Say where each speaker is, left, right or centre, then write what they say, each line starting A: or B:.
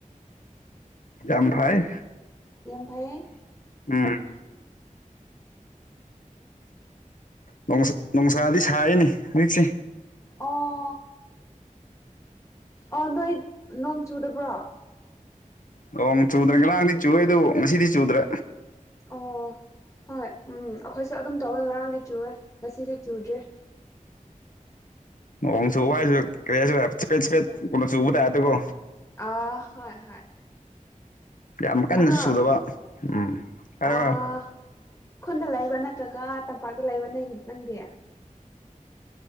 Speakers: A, on the left; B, on the left.
A: ꯌꯥꯝ ꯐꯩ
B: ꯌꯥꯝ ꯐꯩꯌꯦ
A: ꯎꯝ꯫ ꯅꯨꯡꯁꯥ ꯅꯨꯡꯁꯥꯗꯤ ꯁꯥꯏꯌꯦꯅꯦ ꯍꯧꯖꯤꯛꯁꯦ
B: ꯑꯣ ꯑꫭ ꯅꯣꯏ ꯅꯣꯡ ꯆꯨꯗꯕ꯭ꯔꯣ
A: ꯅꯣꯡ ꯆꯨꯗ꯭ꯔꯦ ꯉꯔꯥꯡꯗꯤ ꯆꯨꯋꯦ ꯑꯗꯨ ꯉꯁꯤꯗꯤ ꯆꯨꯗ꯭ꯔꯦ꯫
B: ꯑꯣ ꯍꯣꯏ ꯎꯝ ꯑꯩꯈꯣꯏꯁꯨ ꯑꯗꯨꯝ ꯇꯧꯋꯦ ꯉꯔꯥꯡꯗꯤ ꯆꯨꯋꯦ ꯉꯁꯤꯗꯤ ꯆꯨꯗ꯭ꯔꯦ꯫
A: ꯅꫭꯡ ꯆꯨꯕ ꯍꯥꯏꯁꯨ ꯀꯔꯤ ꯍꯥꯏꯁꯤꯔ ꯆꯐꯦꯠ ꯆꯐꯦꯠ ꯀꯨꯝꯕ ꯆꯨꯕ ꯇꯥꯞꯇꯀꯣ
B: ꯑꯥ ꯍꯣꯏ ꯍꯣꯏ
A: ꯌꯥꯝ ꯀꯟꯅꯁꯨ
B: ꯑꯗꯣ
A: ꯆꯨꯗꯕ ꯎꯝ ꯍꯥꯏꯌꯣ
B: ꯑꯥ
A: ꯍꯥꯏꯌꯣ
B: ꯈꯨꯟꯗ ꯂꯩꯕ꯭ꯔ ꯅꯠꯇ꯭ꯔꯒ ꯇꯝꯄꯥꯛꯇ ꯂꯩꯕ ꯅꯪ ꯅꯪꯗꯤ